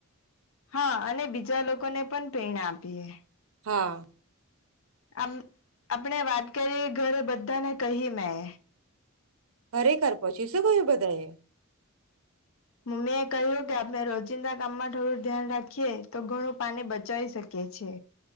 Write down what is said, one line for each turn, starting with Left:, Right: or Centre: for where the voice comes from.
Left: હા, અને બીજા લોકોને પન પ્રેરણા આપીએ.
Right: હા.
Left: આમ, આપણે વાત કરી એ ઘરે બધ્ધાને કહી મેં.
Right: ખરેખર, પછી શું કહ્યું બધાએ?
Left: મમ્મીએ કહ્યું કે આપ ણે રોજિંદા કામમાં થોડું ધ્યાન રાખીએ તો ઘણું પાની બચાવી શકીએ છે.